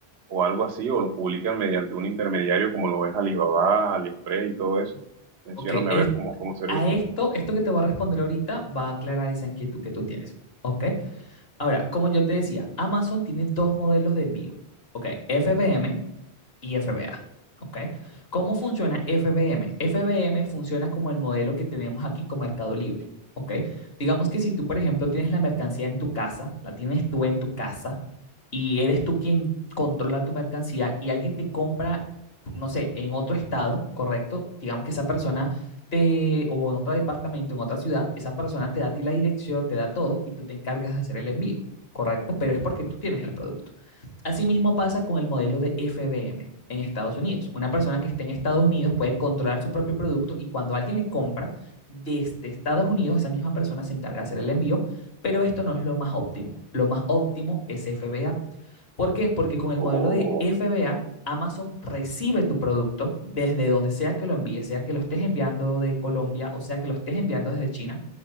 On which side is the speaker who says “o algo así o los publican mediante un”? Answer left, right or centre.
Right